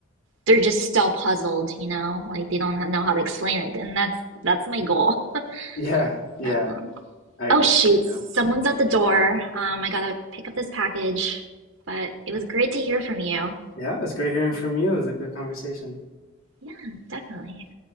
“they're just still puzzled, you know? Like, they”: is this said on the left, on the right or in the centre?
Right